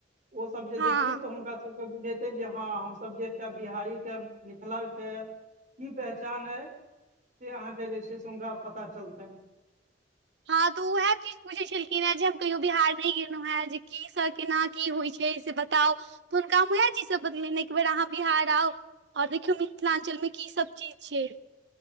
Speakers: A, on the right (about 45°); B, on the right (about 65°).
A: ओ सब जे
B: हँ
A: देखथिन तऽ हुनका सब बुझेते जे हँ हमस जे एकटा बिहारी के मिथिलाके की पहचान हइ से अहाँके जे छै। से हुनका पता चलतनि
B: हँ तऽ ओ उएह चीज पूछैत छलखिन। हेँ जे हम कहियो बिहार नहि गेलहुँ हेँ जे की से केना की होइ छै। से बताउ तऽ हुनका हम उएह चीज सब बतेलिय एक बेेर अहाँ बिहार आउ और देखियौ मिथिलाञ्चल मऽ की सब चीज छै।